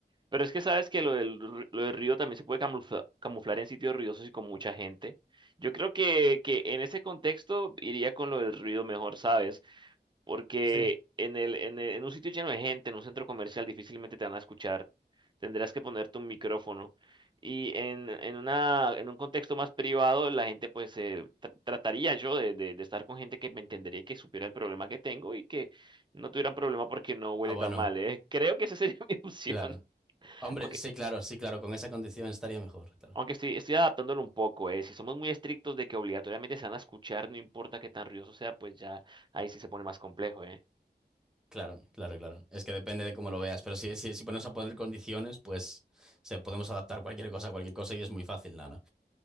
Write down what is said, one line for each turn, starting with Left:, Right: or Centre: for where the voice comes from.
Right: Pero es que sabes que lo del, ru- lo del ruido también se puede camufla- camuflar en sitios ruidosos y con mucha gente. Yo creo que, que en ese contexto iría con lo del ruido mejor, ¿sabes? Porque
Centre: Sí.
Right: en el, en el- en un sitio lleno de gente, en un centro comercial, difícilmente te van a escuchar. Tendrás que ponerte un micrófono. Y en, en una, en un contexto más privado, la gente, pues, eh, tr- trataría yo de, de de estar con gente que me entendería y que supiera el problema que tengo y que no tuvieran problema porque no huele
Centre: Ah, bueno,
Right: tan mal, ¿eh? Creo que esa sería <laughs> mi opción.
Centre: claro. Hombre,
Right: aunque
Centre: sí, claro, sí, claro, con esa condición estaría mejor, claro.
Right: Aunque estoy, estoy adaptándolo un poco, eh. Si somos muy estrictos de que obligatoriamente se van a escuchar, no importa qué tan ruidoso sea, pues ya ahí sí se pone más complejo, eh.
Centre: Claro, claro, claro. Es que depende de cómo lo veas, pero si, si, si ponemos a poner condiciones, pues se, podemos adaptar cualquier cosa a cualquier cosa y es muy fácil, nada.